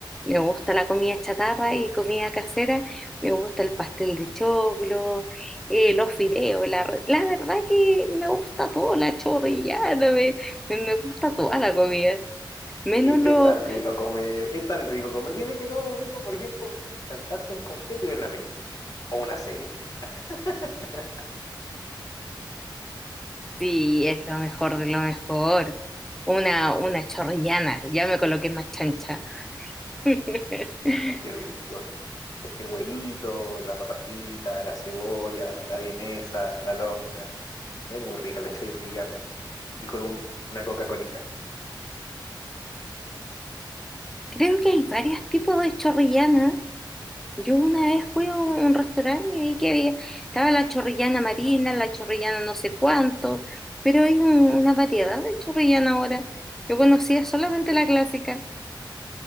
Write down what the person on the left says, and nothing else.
Es
que es tan rico comer, es tan rico comer. Dime que no es rico, por ejemplo, chantarse un completo y ver una película o una serie. <laughs>
Oh, qué rico. Es que el huevito, la papa frita, la cebolla, la vienesa, la longa, es muy rica la chorrillana. Y con un- una Coca-Colita.